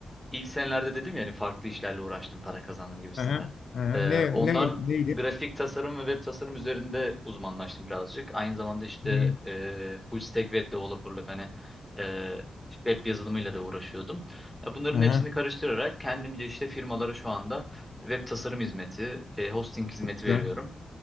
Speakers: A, in the centre; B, on the left.
A: ilk senelerde dedim ya hani farklı işlerle uğraştım para kazandım gibisinden.
B: Aha, aha.
A: Ee,
B: Ne,
A: onlar
B: ne, neydi?
A: grafik tasarım ve web tasarım üzerinde uzmanlaştım birazcık. Aynı zamanda işte
B: Hı,
A: e, full stack web developerlık hani e, web yazılımıyla da uğraşıyordum. Ya bunların
B: Aha,
A: hepsini karıştırarak kendimce işte firmalara şu anda web tasarım hizmeti, e, hosting hizmeti
B: çok güzel.
A: veriyorum.